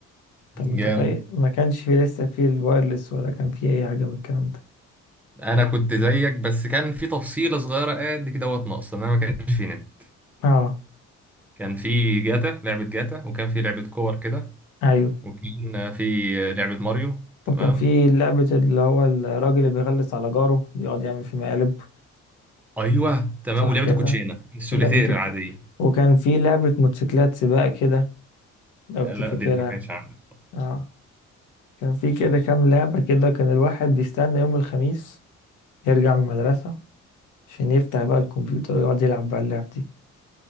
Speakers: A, on the left; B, in the centre.
A: انت متخيل
B: جامد
A: ما كانش في لسه في الوايرلس ولا كان في اي حاجة من الكلام ده
B: انا كنت زيك بس كان في تفصيله صغيره قد كده دوت ناقصه ان انا ما كانش في نت
A: اه
B: كان في جاتا لعبه جاتا وكان في لعبه كور كده
A: ايوه
B: وكان في لعبه ماريو تمام
A: وكان في لعبة اللي هو الراجل اللي بيغلس على جاره بيقعد يعمل فيه مقالب
B: ايوه تمام
A: صح
B: ولعبه
A: كده
B: الكوتشينه السوليتير
A: ولعبة الك-
B: العاديه
A: وكان في لعبة موتوسيكلات سباق كده لو
B: آه،
A: تفتكرها
B: لا دي ما كانش عندي بصراحة.
A: اه كان في كده كام لعبة كده كان الواحد بيستنى يوم الخميس يرجع من المدرسة عشان يفتح بقى الكمبيوتر ويقعد يلعب بقى اللعب دي